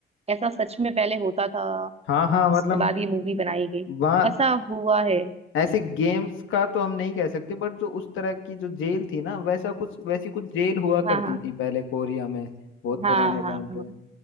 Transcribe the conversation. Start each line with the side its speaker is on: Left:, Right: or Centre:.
Right: ऐसा सच में पहले होता था
Left: हाँ हाँ
Right: और उसके
Left: मतलब
Right: बाद ये मूवी बनाई गई
Left: वहाँ
Right: ऐसा हुआ है
Left: ऐसे गेम्स का तो हम नहीं कह सकते बट जो उस तरह की जो जेल थी ना वैसा कुछ वैसी कुछ जेल हुआ
Right: हाँ
Left: करती
Right: हाँ
Left: थी पहले कोरिया में बहुत
Right: हाँ
Left: पुराने टाइम
Right: हाँ हाँ
Left: पे